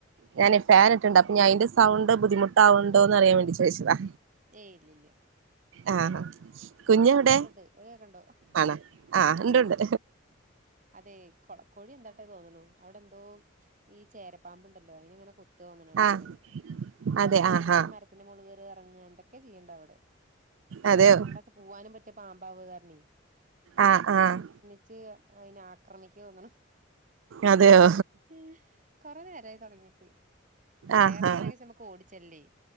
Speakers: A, on the right (about 75°); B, on the right (about 40°).
A: ഞാനെ ഫാൻ ഇട്ടുണ്ട് അപ്പ് ഞാൻന്റെ സൗണ്ട് ബുദ്ധിമുട്ടാവ്ണ്ട് അറിയാൻ വെണ്ടി ചോയിച്ചതാ
B: ഏയ് ഇല്ല ഇല്ല
A: ആ
B: ഇവിടെ
A: കുഞ്ഞ
B: നല്ല
A: എവിടെ
B: സൗണ്ട് ഉണ്ട് അത് കേക്കണ്ടോ
A: ആണോ ആ ഉണ്ട് ഉണ്ട്
B: അതെ കോഴി എന്താട്ടെ തോന്നണ അവിടെ എന്തോ ഈ ചേരപ്പാമ്പ്ണ്ടല്ലോ അയിനെങ്ങനെ കൊത്തോന്ന്ണ് അയ്റ്റങ്ങളെ
A: ആഹ്
B: അപ്പ
A: അതെ
B: അത് പേടിച്ചിട്ട്
A: ആഹാ
B: മരത്തിന്റെ മൊള് കേറാ എറങ്ങാ എന്തൊക്കെ ചെയ്യ്ണ്ട് അവടെ
A: അതെയോ
B: അങ്ങോട്ടൊക്കെ പോവാനും പറ്റില്ലാ പാമ്പാവാ കാരണേ
A: ആഹ് ആഹ്
B: ഇച്ച് അയിനെ ആക്രമിക്ക്യാന്ന്ണ്
A: അതെയോ
B: ഹ് കൊറെ നേരായി തോടങ്ങീട്ട് വേറെ
A: ആഹാ
B: എന്തിനൊക്കെച്ചമ്മക്ക് ഓടിച്ചേല്ലേ